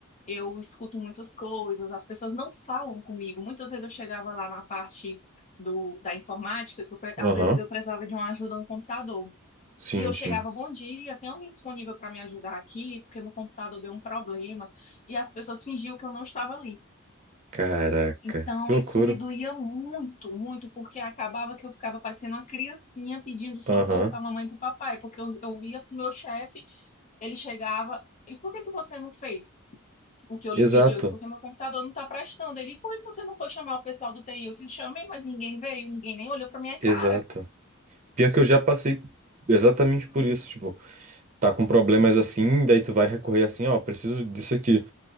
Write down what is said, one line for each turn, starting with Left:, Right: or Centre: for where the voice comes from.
Left: eu escuto muitas coisas, as pessoas não falam comigo. Muitas vezes eu chegava lá na parte do, da informática, que eu pre-
Right: Aham.
Left: às vezes eu precisava de uma ajuda no computador.
Right: Sim,
Left: E eu
Right: sim.
Left: chegava, bom dia, tem alguém disponível para me ajudar aqui? Porque meu computador deu um problema. E as pessoas fingiam que eu não estava ali.
Right: Caraca,
Left: Então,
Right: que loucura.
Left: isso me doía muito, muito, porque acabava que eu ficava parecendo uma criancinha pedindo socorro
Right: Aham.
Left: para a mamãe e para o papai, porque eu, eu ia para o meu chefe, ele chegava, e por que que você não fez? o que eu lhe
Right: Exato,
Left: pedi, eu disse, porque meu computador não está prestando. Ele, por que você não foi chamar o pessoal do TI? Eu disse, chamei, mas ninguém veio, ninguém nem olhou para minha cara.
Right: exato. Pior que eu já passei exatamente por isso, tipo, tá com problemas assim, daí tu vai recorrer assim, ó, preciso disso aqui.